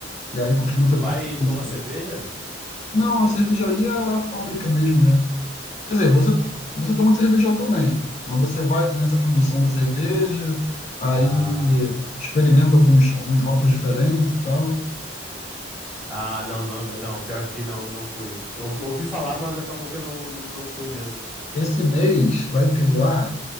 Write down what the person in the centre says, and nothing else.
Que tu
vai
e toma
cerveja?
Ah,
ah, não, não, não, pior que não, não fui. Eu ouvi ouvi falar, mas acabou que eu não, não, não fui mesmo.